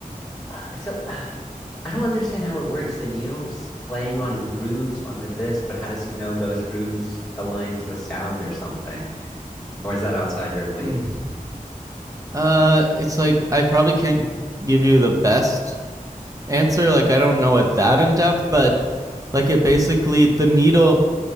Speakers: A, in the centre; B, on the right.
A: Uh, So uh, I don't understand how it works. The needle's playing on grooves on the disc, but how does it know those grooves align to a sound or something? Or is that outside your league?
B: Mm. Uh, it's like I probably can't give you the best answer. Like I don't know it that in depth, but like it basically the needle